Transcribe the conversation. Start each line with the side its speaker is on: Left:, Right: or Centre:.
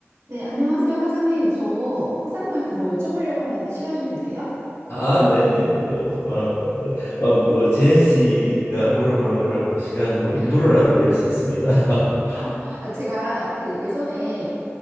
Right: 네, 안녕하세요, 사장님. 저 사장님한테 뭐 여쭤보려고 하는데 시간 좀 되세요?
Left: 아, 네네. 뭐, 뭐, 뭐, 뭐 제현 씨가 물어보는 거라면 뭐 시간 뭐 일부러라도 낼 수 있습니다. <laughs>
Right: 아, 아, 제가 그 예전에